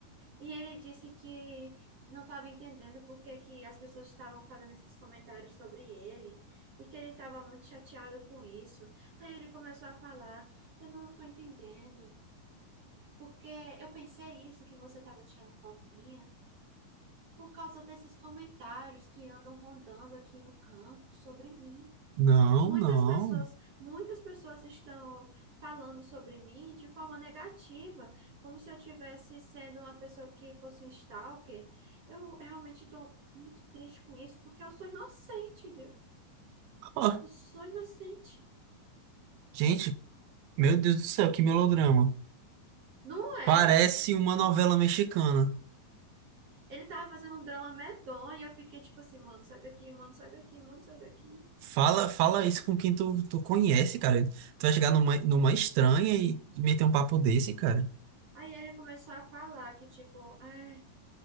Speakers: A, on the right; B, on the right.
A: e ele disse que não estava entendendo por que que as pessoas estavam fazendo esses comentários sobre ele e que ele estava muito chateado com isso. Aí ele começou a falar: Eu não estou entendendo, porque eu pensei isso que você estava tirando foto minha por causa desses comentários que andam rondando aqui no campo sobre mim.
B: Não,
A: Muitas
B: não.
A: pessoas, muitas pessoas estão falando sobre mim de forma negativa, como se eu tivesse sendo uma pessoa que fosse um stalker. Eu realmente estou muito triste com isso, porque eu sou inocente, viu?
B: Ó,
A: Eu sou inocente.
B: gente, meu Deus do céu, que melodrama.
A: Não é?
B: Parece uma novela mexicana.
A: Ele tava fazendo um drama medonho, e eu fiquei tipo assim, mano, sai daqui, mano, sai daqui, mano, sai daqui.
B: Fala, fala isso com quem tu, tu conhece, cara. Tu vai chegar numa, numa estranha e meter um papo desse, cara.
A: Aí ele começou a falar que, tipo, é,